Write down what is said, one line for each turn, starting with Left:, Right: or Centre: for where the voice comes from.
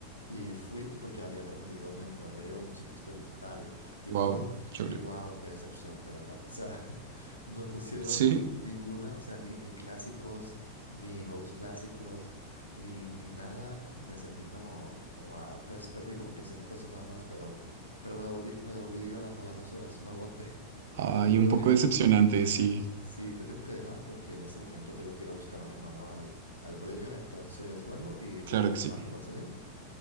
Left: Y fui, y porque habían prometido neoperreo, música experimental y
Right: Wow,
Left: todo.
Right: chévere.
Left: Y wow, qué decepción, de verdad. O sea, <laughs> no pusieron
Right: Sí,
Left: ninguna, o sea, ni, ni clásicos, ni nuevos clásicos, ni, ni nada. Y me sentí como, wow, pues perdí como quince mil pesos nada más, pero, pero me devolví, me devolví a las, a las dos horas, no aguanté. <laughs>
Right: hay
Left: Pero
Right: un
Left: oye,
Right: poco decepcionante, sí,
Left: sí te tengo que dejar porque en este momento tengo que ir a buscar a mi hermano al, al colegio. Entonces vuelvo y te
Right: claro
Left: vuelvo a
Right: que
Left: llamar,
Right: sí.
Left: ¿te parece bien?